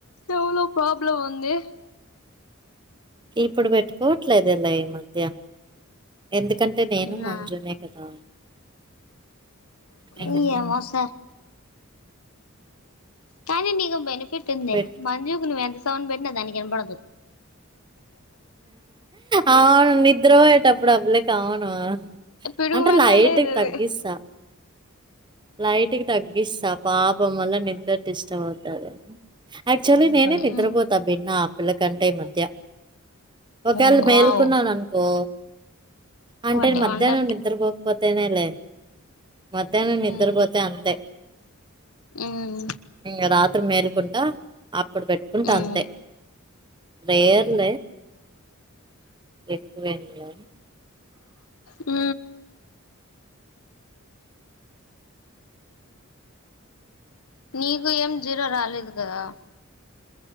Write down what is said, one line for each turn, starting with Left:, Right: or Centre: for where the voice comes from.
Left: చెవులో ప్రాబ్లం వుంది
Right: ఇప్పుడు పెట్టుకోవట్లేదు లే ఈ మధ్య ఎందుకంటే నేను
Left: నా
Right: మంజునే కదా నేను
Left: ఈ
Right: ఇప్పుడు
Left: అమాస కానీ నీకు బెనిఫిట్ ఉంది
Right: పెట్
Left: మంజువుకు నువ్వు ఎంత సౌండ్ పెట్టినా దానికి వినపడదు
Right: అవును నిద్ర అప్పుడు ఆ పిల్ల కి కామను
Left: పిడుగు
Right: అంటే
Left: పడినా
Right: లైట్గా
Left: లేదు అది
Right: తగ్గిస్తా లైట్కి తగ్గిస్తా పాపం వల్ల నిద్ర డిస్టర్బ్ అవుతందనీ యాక్చువల్లీ
Left: విరుగుతాంది
Right: నేనే నిద్రపోతా బిన్న ఆ పిల్ల కంటే ఈ మధ్య ఒకవేళ
Left: వావ్
Right: మేల్కున్నాను అనుకో అంటే
Left: వాట్ ఏ
Right: మధ్యాహ్నం
Left: వండర్
Right: నిద్ర పోపోతేనేలే మధ్యాహ్నం ని నిద్రపోతే
Left: మ్మ్
Right: అంతే
Left: మ్మ్
Right: ఇంగా రాత్రి మేలుకుంటా ఇప్పుడు పెట్టుకుంట
Left: మ్మ్
Right: అంతే డే ఎన్ ఎక్వేమ్లా
Left: ఉ నీకు ఏం జీరో రాలేదు కదా